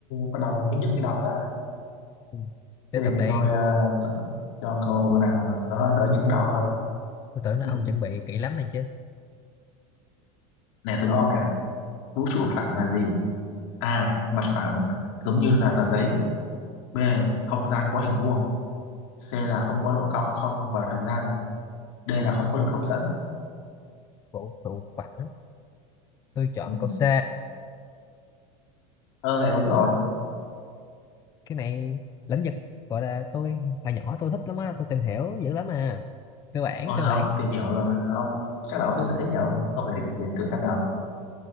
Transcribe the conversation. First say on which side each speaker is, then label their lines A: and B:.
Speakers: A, on the left; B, on the left.
A: bắt đầu nhức nhức cái đầu ra
B: Ừ. tiếp
A: thế thì
B: tục
A: để
B: đây
A: tôi ờ, chọn cho ông câu nào mà nó đỡ nhức đầu hơn
B: tôi tưởng là
A: Ừm,
B: ông chuẩn bị kỹ lắm này chứ
A: nè tôi đố ông nè vũ trụ phẳng là gì a mặt phẳng giống như là tờ giấy b không gian có hình vuông c là không có độ cong không và thời gian d là không có lực hấp dẫn
B: vũ trụ phẳng tôi chọn
A: Ừ.
B: câu C
A: ờ lại đúng rồi
B: cái này lĩnh vực gọi là tôi hồi nhỏ tôi thích lắm á tôi tìm hiểu dữ lắm à cơ bản
A: ôi
B: cơ
A: giờ
B: bản
A: ông tìm hiểu rồi ông chắc là ông biết giải thích nhỉ ông ông giải thích thử, thử xem nào